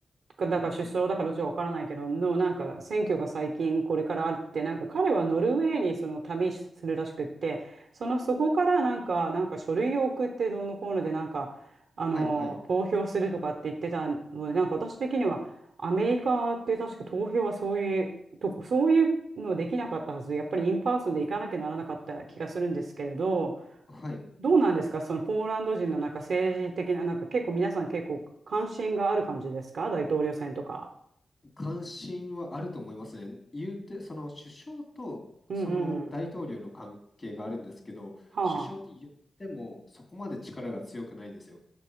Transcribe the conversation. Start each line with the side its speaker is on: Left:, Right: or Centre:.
Right: かだから首相だからどっちかわからないけど、
Left: うんうん。
Right: の、なんか、選挙が最近これからあるって、なんか彼はノルウェーにその旅するらしくって、その、そこからなんか、なんか書類を送ってどうのこうので、なんか、あの、
Left: はいはい。
Right: 投票するとかって言ってたので、なんか私的には、アメリカって確か投票はそういう、とこ、そういうのできなかったはず、やっぱりインパーソンで行かなきゃならなかった気がするんですけれど、
Left: はい。
Right: どうなんですか、そのポーランド人のなんか政治的な、なんか結構皆さん結構関心がある感じですか、大統領選とか。
Left: 関心はあると思いますね。言うて、その首相とその大統領の関係があるんですけど、
Right: うんうん。はあ。
Left: 首相って言ってもそこまで力が強くないんですよ。